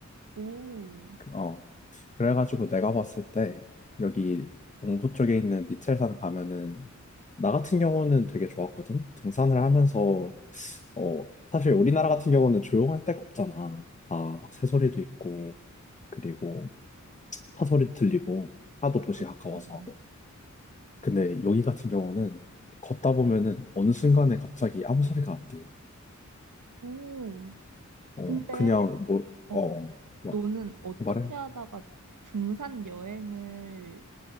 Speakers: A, on the right; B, on the left.
A: 오,
B: 그, 어. 그래가지고 내가 봤을 때 여기 동부 쪽에 있는 미첼산 가면은 나 같은 경우는 되게 좋았거든. 등산을 하면서 어 사실 우리나라 같은 경우는 조용할 데가 없잖아. 다 막 새소리도 있고 그리고 차소리 들리고 하도 도시
A: 그렇지.
B: 가까워서. 근데 여기 같은 경우는 걷다 보면은 어느 순간에 갑자기 아무 소리가 안 들려.
A: 오,
B: 어
A: 근데
B: 그냥 뭐어
A: 어,
B: 뭐,
A: 너는 어떻게
B: 말해.
A: 하다가 등산 여행을